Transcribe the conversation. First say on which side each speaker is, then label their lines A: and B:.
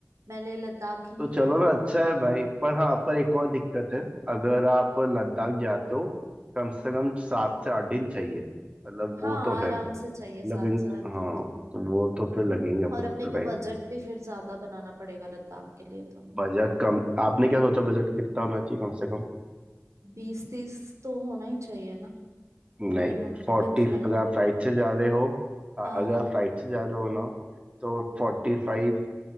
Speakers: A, on the right; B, on the right.
A: मैं लेह लद्दाख ही नहीं
B: तो चलो
A: गई हूँ
B: ना अच्छा
A: अभी तक
B: है भाई पर हाँ पर एक और दिक्कत है अगर आप लद्दाख जाते हो कम से कम सात से आठ दिन चाहिए मतलब
A: हाँ
B: वो तो
A: आराम
B: है
A: से चाहिए
B: मतलब
A: सात
B: इन-
A: से आठ
B: हाँ
A: दिन तो
B: तो वो तो फिर लगेंगे अपन
A: और अपने
B: का
A: को
B: टाइम
A: बजट भी फिर ज्यादा बनाना पड़ेगा लद्दाख के लिए तो
B: बजट कम आपने क्या सोचा बजट कितना होना चाहिए कम से कम
A: बीस तीस तो होना ही चाहिए ना
B: नहीं
A: मिनिमम
B: फोर्टी
A: विथ फ्लाइट
B: अगर आप फ्लाइट से जा रहे हो अ-
A: हाँ
B: अगर
A: हाँ
B: आप फ्लाइट से जा रहे हो ना तो फोर्टी फाइव